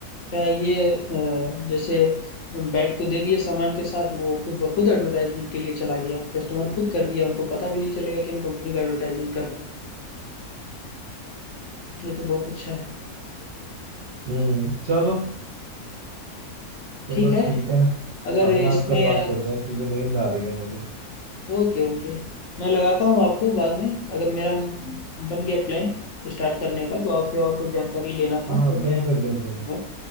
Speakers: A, on the left; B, on the right.
A: क्या ये अ, जैसे बैग तो दे दिए सामान के साथ वो खुद ब खुद एडवर्टाइजमेंट के लिए चला गया कस्टमर खुद कर दिया उनको पता भी नहीं चलेगा कि हम कंपनी का एडवर्टाइजमेंट कर रहे हैं ये तो बहुत अच्छा है
B: हम्म चलो चलो
A: ठीक है
B: ठीक है
A: अगर
B: अब
A: इसमें
B: ना कल बात
A: अगर
B: करते हैं क्योंकि नींद आ रही है मुझे
A: ओके ओके मैं लगाता हूँ आपको बाद में अगर मेरा म- बन गया प्लान स्टार्ट करने का तो आपसे और कुछ जानकारी लेना था
B: हाँ
A: तो
B: बिल्कुल
A: मैं आपसे
B: बिल्कुल
A: बात करूंगा